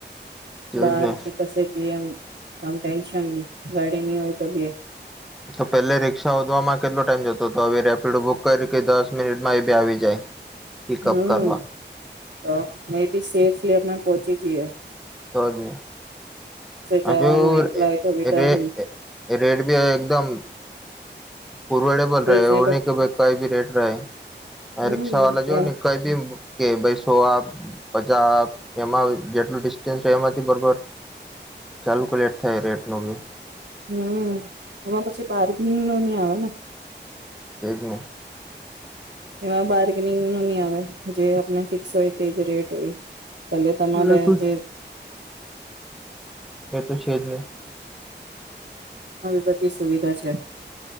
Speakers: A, in the centre; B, on the right.
A: છે
B: બાર
A: જ ને
B: કે કશે જ એમ આમ ટેન્શન નહી ગાડીની હોય તો બે
A: તો પેલે રિક્ષા હોધવામાં કેટલો ટાઈમ જતો તો હવે રેપિડો બુક કરી કે દસ મિનિટમાં એ બી આવી જાય. પિકઅપ
B: હમ
A: કરવા
B: તો મે બી <inaudible> જી જી એ
A: તો જ ને. હા
B: જવાનું
A: જો
B: એકલા હોય તો બી ડર
A: રે
B: ની
A: રેટ બી એકદમ પૂર્વે ડેબલ
B: રીઝનેબલ
A: રહે એવું નહીં કે ભાઈ કઈ બી રેટ રહે. હવે
B: હમ
A: રિક્શા વાલા જો
B: એમ
A: ને કઈ બી કે ભાઈ સો આપ પચા આપ એમાં જેટલું ડિસ્ટન્સ હોય એમાંથી બરોબર કેલ્કુલેટ થાય રેટનો બી.
B: હમ્મ એમાં પછી બારગીનનો ની આવે ને.
A: એજ ને.
B: એમાં બાર્ગેનિંગ નું ની આવે જે આપને ફિક્સ હોય તે જ રેટ હોય પેલે તમારે
A: એ તો
B: જે
A: એ તો છે જ ને.
B: આવી બધી સુવિધા છે.